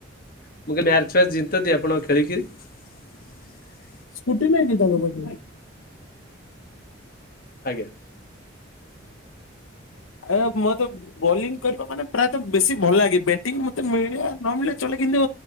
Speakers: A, on the left; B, on the left.
A: ମୁଁ କହିଲି ମ୍ୟାଚ୍ ଫ୍ୟାଚ ଜିତନ୍ତି, ଆପଣଙ୍କ ଖେଳିକିରି?
B: ସ୍କୁଟି ନାହିଁକି ତାଙ୍କ ପାଖରେ?
A: ଆଜ୍ଞା।
B: ଆ ମତେ ବୋଲିଂ କରିବା ମାନେ ପ୍ରାୟତଃ ବେଶୀ ଭଲ ଲାଗେ। ବ୍ୟାଟିଂ ମତେ ମିଳବା ନ ମିଳିବା ଚଳେ କିନ୍ତୁ